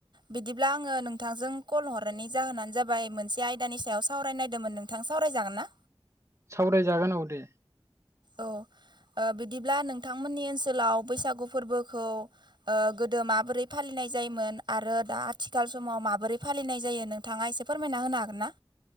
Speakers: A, on the right; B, on the right.
A: बिदिब्ला आङो नोंथांजों कल हरनायनि जाहोनानो जाबाय मोनसे आयदानि सायाव सावरायनायदोंमोन नों बिथां सावरायजागोन ना
B: सावरायजागोन औ दे
A: औ बिदिब्ला नोंथांमोननि ओनसोलाव बैसागु फोरबोखौ ओ गोदो माबोरै फालिनाय जायोमोन आरो दा आथिखाल समाव माबोरै फालिनाय जायो नों थांङा एसे फोरमायना होनो हागोन ना।